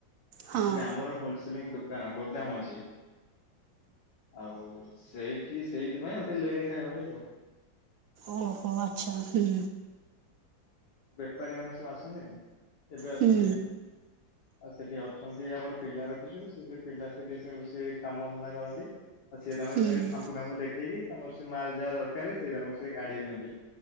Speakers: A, on the right; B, on the left.
A: ହଁ।
B: ଆଚୁଆଲି ଆମର ହୋଲସେଲିଂ ଦୋକାନ ଗୋଦାମ ଅଛି। ଆଉ ସେଇଠି ସେଇଥିପାଇଁ ଗଟେ ଲେଟ ଖାଇବା ହୁଏ ଆଉ।
A: ଓହୋ ଆଚ୍ଛା ହୁଁ।
B: ବେପାରୀ ମାନେ ସବୁ ଆସନ୍ତି ନା ଏବେ ଅଛନ୍ତି।
A: ହୁଁ
B: ଆଉ ସେଠି ଅଛନ୍ତି ଆମର ପିଲା ରଖିଛୁ ସେ ପିଲା ସେଠ ସେ କାମ ଧନ୍ଦା କରନ୍ତି। ଆଉ ସି ତାଙ୍କ
A: ହୁଁ।
B: ସେ ସାମ୍ପୁ ଫାମ୍ପୁ ଦେଖେଇକି ତାଙ୍କର ସେ ମାଲ ଯାହା ଦରକାର ସେଏ ତାଙ୍କୁ ସେରେ କାଢି ଦିଅନ୍ତି